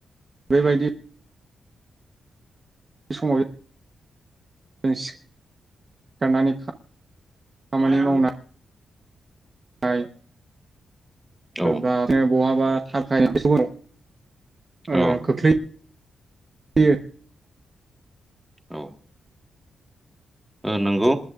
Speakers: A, on the right; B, in the centre.
A: बेबायदि समाय जों सि सिखारनानै खा खामानि मावनानै ओ
B: औ
A: दा ओ बहाबा <unintelligible> ओ
B: औ
A: खोख्लैयो
B: औ ओ नंगौ